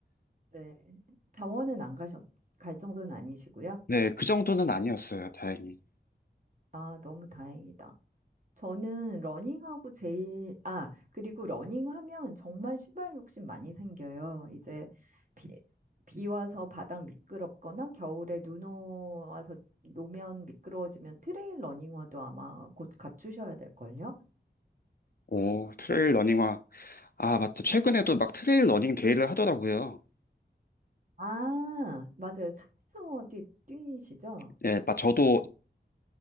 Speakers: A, on the right; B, on the left.
A: 네. 병원은 안 가셨, 갈 정도는 아니시고요.
B: 네, 그 정도는 아니었어요. 다행히.
A: 아, 너무 다행이다. 저는 러닝하고 제일, 아, 그리고 러닝하면 정말 신발 욕심 많이 생겨요. 이제 비, 비 와서 바닥 미끄럽거나 겨울에 눈 오- 와서 노면 미끄러워지면 트레일 러닝화도 아마 곧 갖추셔야 될걸요?
B: 오, 트레일 러닝화. 아, 맞다. 최근에도 막 트레일 러닝 데이를 하더라고요.
A: 아, 맞아요. 산에서 뛰, 뛰시죠?
B: 네, 막 저도